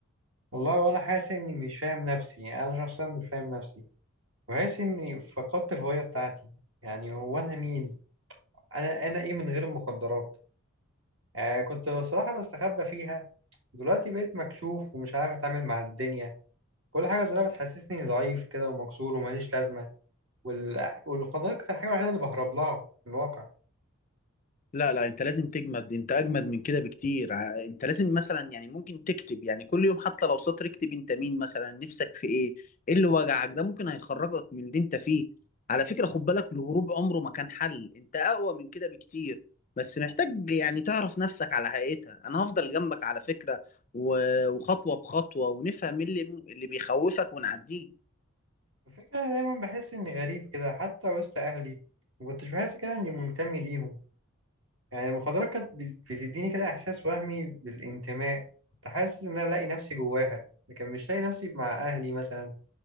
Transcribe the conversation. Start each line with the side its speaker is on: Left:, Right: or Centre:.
Right: والله وانا حاسس اني مش فاهم نفسي يعني انا شخصيا مش فاهم نفسي وحاسس إني فقدت الهوية بتاعتي يعني هو أنا مين؟ أنا أنا إيه من غير المخدرات؟ آه كنت بصراحة بستخبى فيها دلوقتي بقيت مكشوف ومش عارف أتعامل مع الدنيا كل حاجة صغيرة بتحسسني إني ضعيف كده ومكسور وماليش لازمة وال... والمخدرات كانت الحاجة الوحيدة اللي بهرب لها في الواقع
Left: لا لا انت لازم تجمد انت اجمد من كده بكتير ع- انت لازم مثلا يعني ممكن تكتب يعني كل يوم حتى لو سطر اكتب انت مين مثلا نفسك في ايه ايه اللي وجعك ده ممكن هيخرجك من اللي انت فيه على فكرة خد بالك الهروب عمره ما كان حل انت اقوى من كده بكتير بس محتاج يعني تعرف نفسك على حقيقتها انا هفضل جنبك على فكرة و- وخطوة بخطوة ونفهم إيه اللي اللي بيخوفك ونعديه
Right: الفكرة أنا دايما بحس إني غريب كده حتى وسط أهلي ما كنتش بحس كده إني منتمي ليهم يعني المخدرات كانت بت- بتديني كده إحساس وهمي بالانتماء كنت حاسس إن أنا لاقي نفسي جواها لكن مش لاقي نفسي مع أهلي مثلا